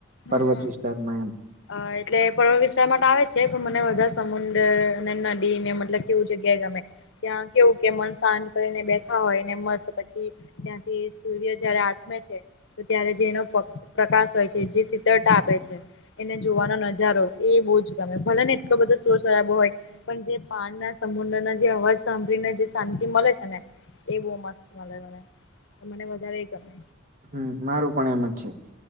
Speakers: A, on the left (about 65°); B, on the right (about 40°).
A: હમ
B: પર્વત
A: હમ.
B: વિસ્તારમાં એમ.
A: અ એટલે પર્વત વિસ્તારમાં તો આવે છે પણ મને બધા સમુદ્ર અને નદી ને મતલબ તેવું જગ્યાએ ગમે, ત્યાં કેવું કે મન શાંત કરીને બેઠા હોય ને મસ્ત પછી ત્યાંથી સૂર્ય જયારે આથમે છે તો ત્યારે જેનો પ્રકાશ હોય છે જે શીતળતા આપે છે એને જોવાનો નજારો એ બહુ જ ગમે ભલે ને એટલો બધો શોર શરાબો હોય. પણ જે પાન ના સમુદ્ર ના જે અવાજ સાંભળીને જે શાંતિ મલે છે ને. એ બહ મસ્ત મલે મને, મને વધારે એ ગમે.
B: હમ્મ મારું પણ એમ જ છે